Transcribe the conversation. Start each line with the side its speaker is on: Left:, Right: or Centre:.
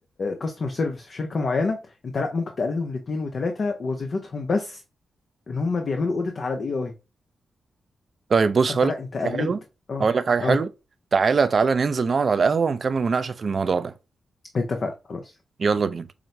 Left: كاستمر سيرفيس في شركه معينه انت لا ممكن تقللهم لاتنين وتلاته وظيفتهم بس ان هم بيعملوا اوديت على الاي اي
Right: طيب بص
Left: فانت
Right: هقول
Left: لا
Right: لك
Left: انت قللت
Right: حاجة حلوة
Left: اه
Right: هقول لك حاجة حلوة
Left: اه
Right: تعالى تعالى ننزل نقعد على القهوة ونكمل مناقشة في الموضوع ده
Left: اتفقنا خلاص
Right: يلا بينا